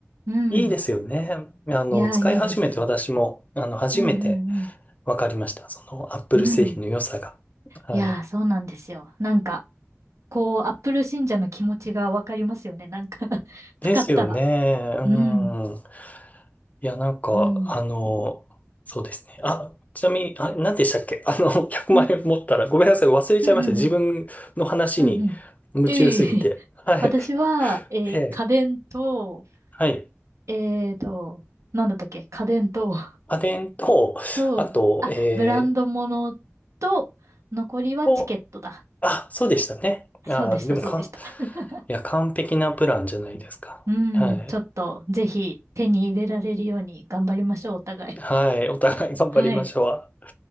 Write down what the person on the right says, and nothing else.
うん。
いやー、
いいです。
うんうん
うん。うん。
いやー、そうなんですよ。なんか、こう、Apple 信者の気持ちがわかりますよね。なんか <laughs>
使ったら。
うん。
うん。
うん。
うん。
うん。うん。うん。ええ <laughs>。
私は、えー家電と、
えーと、なんだったっけ家電と、
<laughs> と、
あ、
ブランド物と、残りはチケットだ。
そうでした、
そうでした。<laughs>
うん、
ちょっと、ぜひ手に入れられるように頑張りましょう、お互い。
はい。